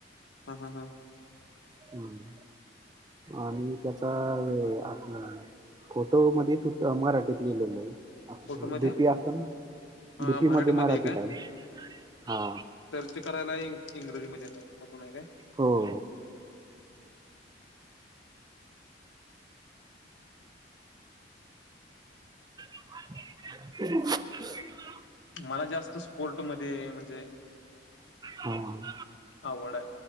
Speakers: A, on the left; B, on the right.
A: हां. हां. हां.
B: हं. आणि त्याचा हे आपलं- फोटो मध्ये <unintelligible> मराठीत लिहिलेल आहे.
A: फोटो मध्ये
B: डी पी असतो ना?
A: हा
B: डी पी
A: मराठीमध्ये
B: मध्ये मराठीत आहे. हा.
A: चेक करायलाही इंग्रजी मध्ये मधून आहे काय?
B: हो. <inaudible>
A: मला जास्त स्पोर्ट मध्ये म्हणजे-
B: हम्म.
A: आवड आहे.